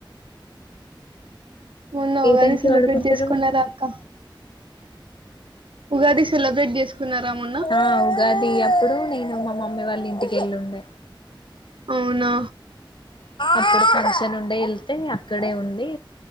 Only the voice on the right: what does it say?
మెన్న
ఉగాది
సెలబ్రేట్
చేసుకున్న రా అక్క ఉగాది సెలబ్రేట్ చేసుకున్నారా మొన్న?
అవునా?